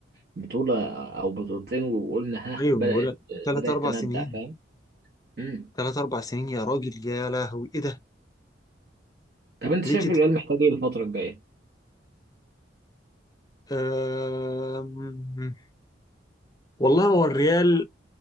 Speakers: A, on the right; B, on the left.
A: بطولة او بطولتين وقلنا ها
B: ايوه
A: بدأت
B: انا بقول لك ثلاث
A: بدأت
B: اربع
A: تندع
B: سنين
A: فاهم مم.
B: ثلاث اربع سنين يا راجل يا لهوي ايه ده
A: طب انت
B: ليه
A: شايف
B: كده
A: الريال محتاج ايه الفترة الجاية
B: أم... والله هو الريال